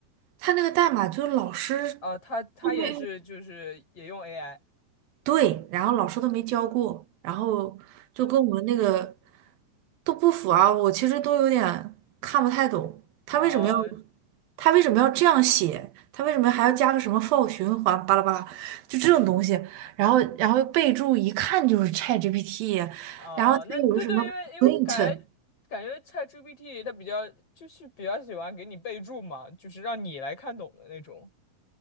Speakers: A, on the right; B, on the left.
A: 她那个代码就是老师。
B: 啊！他他也是就是也用
A: 都没。
B: AI
A: 对，然后老师都没教过，然后就跟我们那个都不符啊，我其实都有点看不太懂，他为什么要
B: 哦
A: 他为什么要这样写，他为什么还要加个什么 for 循环巴拉巴拉，就这种东西，然后然后备注一看就是 ChatGPT，
B: 哦，
A: 然后他有个什么
B: 那对对，因为因为感觉感觉
A: print。
B: ChatGPT 它比较就是比较喜欢给你备注嘛，就是让你来看懂的那种。